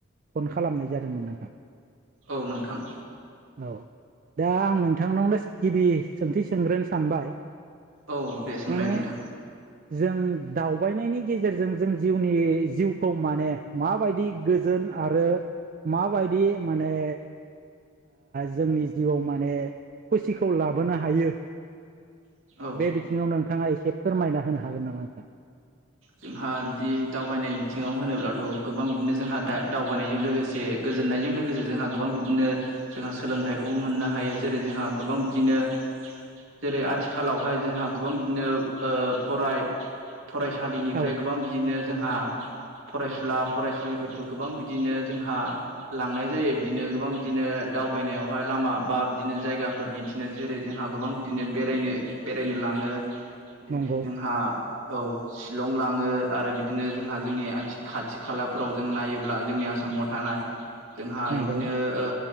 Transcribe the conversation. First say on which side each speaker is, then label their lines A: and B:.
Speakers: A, on the right (about 40°); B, on the right (about 70°).
A: फन खालामनाय जादोंमोन नोंथां
B: औ नोंथां
A: औ दा आं नोंथांनावनो गिबि सोंथि सोंग्रोनो सानबाय
B: औ दे सोंलाय
A: माने
B: नोंथां
A: जों दावबायनायनि गेजेरजों जों जिउनि जिउखौ माने माबायदि गोजोन आरो माबायदि माने जोंनि जिउआव माने खुसिखौ लाबोनो हायो
B: औ
A: बे बिथिङाव नोंथाङा एसे फोरमायना होनो हागोन नामा नोंथां
B: जोंहा बिदि दावबायनाय बिथिङाव होनोब्लाथ' गोबां बिदिनो जोंहा दा दावबायनायजों लोगोसे गोजोननाय बेजों लोगोसे जोंहा गोबां बिदिनो जोंहा सोलोंथाइखौबो मोननो हायो जेरै जोंहा गोबां बिदिनो जेरै आथिखालावहाय जोंहा गोबां बिदिनो ओ फराय फरायसालिनिफ्राय
A: औ
B: गोबां बिदिनो जोंहा फरायसुला फरायसुलिफोरखौ गोबां बिदिनो जोंहा लांनाय जायो बिदिनो गोबां बिदिनो दावबायनायावहाय लामा बा बिदिनो जायगाफोर दिन्थिनो जेरै जोंहा गोबां बिदिनो बेरायनो बेरायनो लाङ थाङो जेरै
A: नंगौ
B: जोंहा औ शिलं लाङो आरो बिदिनो जोंहा जोंनि आथि खाथि खालाफोराव जों नायोब्ला जोंनि आसाम आसामाव थानाय जोंहा
A: नंगौ
B: इदिनो ओ